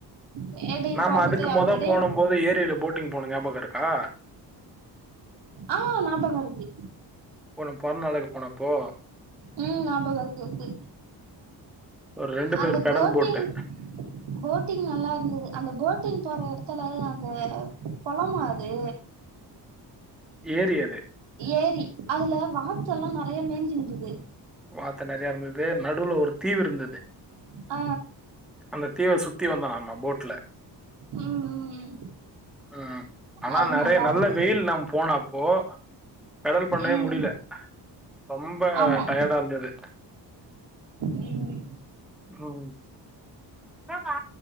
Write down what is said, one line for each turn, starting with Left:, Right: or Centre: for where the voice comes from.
Right: வேடிக்க
Centre: நாம
Right: பாத்துட்டு
Centre: அதுக்கு
Right: அப்டியே
Centre: மொத போனம் போது ஏரியில போட் ட்டிங் போன ஞாபகம் இருக்கா
Right: ஆ நாபக இருக்கு
Centre: ஒன்னு பொறந்த நாளைக்கு போனப்போ
Right: ம் நாபக இருக்கு க்கு
Centre: ஒரு பேர்
Right: அந்த
Centre: பெடல்
Right: போட்டிங்
Centre: போட்டு.
Right: போட்டிங் நல்லா இருந்தது அந்த போட்டிங் போற எடத்துல அந்த குளமா அது
Centre: ஏரி அது
Right: ஏரி அதுல வாத்தெல்லா நெறைய மேஞ்சுருந்துது
Centre: வாத்து நெறைய இருந்துது நடுவுல ஒரு தீவு இருந்துது
Right: ஆ
Centre: அந்த தீவ சுத்தி வந்தனானா போட்ல
Right: ம் ம்
Centre: ஆ ஆனா
Right: அது
Centre: நெறைய
Right: நல்லா
Centre: நல்ல
Right: இருந்தது
Centre: வெயில் நம் போனப்போ பெடல் பண்ணவே
Right: ம்
Centre: முடில ரொம்ப
Right: ஆமா
Centre: டயடா இருந்துது
Right: ம்
Centre: ம் என்னபா